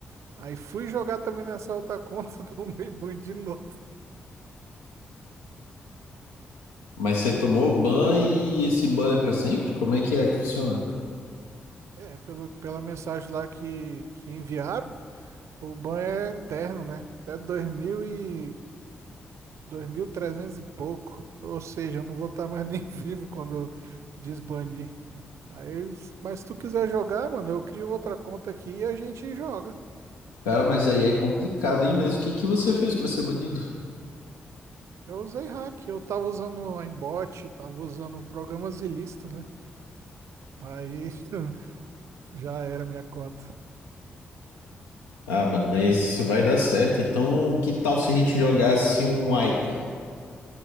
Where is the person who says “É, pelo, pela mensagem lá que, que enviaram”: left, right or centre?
Right